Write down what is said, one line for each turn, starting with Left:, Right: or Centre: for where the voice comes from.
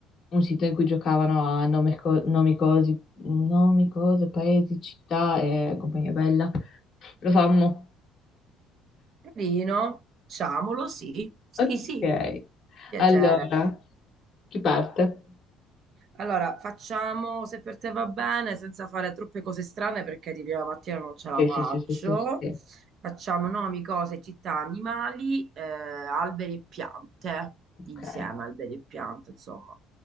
Left: un sito in cui giocavano a nome co- nomi, cosi, nomi, cose, paesi, città e compagnia bella. Lo fammo.
Right: Carino, facciamolo, sì,
Left: <laughs>
Right: sì,
Left: Ok,
Right: sì, piacere.
Left: allora. Chi parte?
Right: Allora, facciamo se per te va bene, senza fare troppe cose strane perché di prima mattina non ce la
Left: Sì,
Right: faccio.
Left: sì, sì, sì, sì, sì.
Right: Facciamo nomi, cose, città, animali, eh, alberi e piante,
Left: Ok,
Right: insieme alberi e piante, insomma.